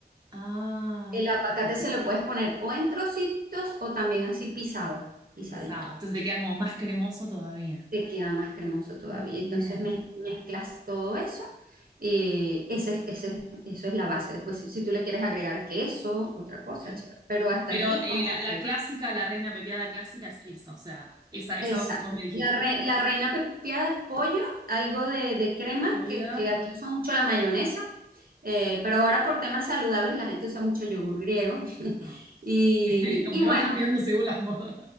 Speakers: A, on the right; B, on the right.
A: Ah,
B: El aguacate
A: qué rico.
B: se lo puedes poner o en trocitos o también así pisado, pisadito.
A: Pisado. Entonces te queda como más cremoso todavía.
B: te queda más cremoso todavía.
A: Bien.
B: Entonces mez- mezclas todo eso. eh, ese, es- ese es- eso es la base. Después, si, si tú le quieres agregar queso, otra cosa,
A: Claro.
B: chévere. Pero hasta
A: Pero
B: allí es
A: eh,
B: como
A: la, la
B: que...
A: clásica, la reina pepiada clásica es esa, o sea, esa, esa
B: Exacto.
A: base que vos me dijiste.
B: La, re- la reina pepiada es pollo, algo de, de crema,
A: De su vida,
B: que, que aquí usan mucho la mayonesa, eh, pero ahora por temas saludables la gente usa mucho yogur griego. <laughs>
A: ah,
B: Y,
A: <laughs> como
B: y
A: que
B: bueno,
A: va cambiando según las modas.